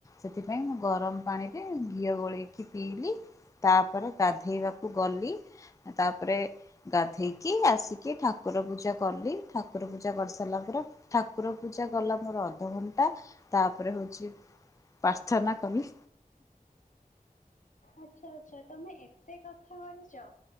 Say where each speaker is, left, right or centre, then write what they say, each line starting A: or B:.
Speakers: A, on the left; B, on the left.
A: ସେଥିପାଇଁ ମୁଁ ଗରମ ପାଣିରେ ଘିଅ ଗୋଳେଇକି ପିଇଲି। ତାପରେ ଗାଧେଇବାକୁ ଗଲି। ତାପରେ ଗାଧେଇକି ଆସିକି ଠାକୁର ପୂଜା କଲି ଠାକୁର ପୂଜା କରିସାରିଲା ପରେ ଠାକୁର ପୂଜା ଗଲା ମୋର ଅଧଘଣ୍ଟା ତାପରେ ହଉଛି ପାର୍ଥନା କଲି।
B: ଆଚ୍ଛା ଆଚ୍ଛା ତମେ ଏତେ କଥା କରିଛ।